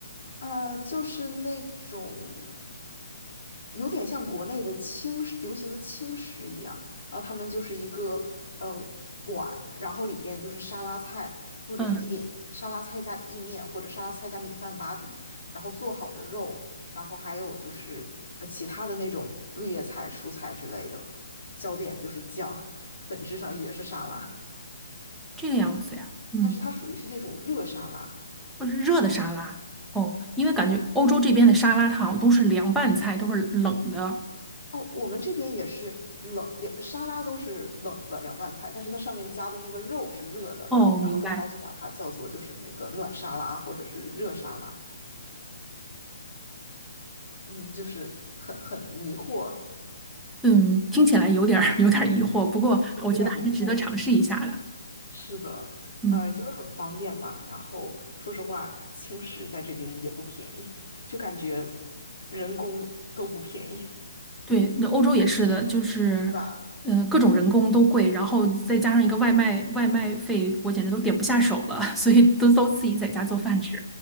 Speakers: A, on the left; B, in the centre.
A: 呃，就是那种有点像国内的轻食，流行的轻食一样，然后他们就是一个呃碗，然后里边就是沙拉菜或者是一点沙拉菜加意面或者沙拉菜加米饭打底，
B: 嗯，
A: 然后做好的肉，然后还有就是呃其他的那种绿叶菜、蔬菜之类的，焦点就是酱，<laughs> 本质上也是沙拉，
B: 这个样子呀，嗯，
A: 但是它属于是那种热沙拉。
B: 或者是热的沙拉哦，因为感觉欧洲这边的沙拉它好像都是凉拌菜，都是冷的。
A: 哦，我们这边也是冷，连沙拉都是冷的凉拌菜，但是它上面加的那个肉是热的，
B: 哦，明白。
A: 然后大家就把它叫做就是那个暖沙拉或者是热沙拉，嗯，就是很很迷惑，
B: 嗯，听起来有点儿 <laughs> 有点儿疑惑，不过我觉得还是值得尝试一下的。
A: 有点迷惑。是的，
B: 嗯。
A: 呃，就是很方便吧。然后说实话，轻食在这边也不便宜，就感觉人工都不便宜，是
B: 对，那欧洲也是的，就是，
A: 吧？
B: 嗯、各种人工都贵，然后再加上一个外卖，外卖费我简直都点不下手了，<laughs> 所以都都自己在家做饭吃。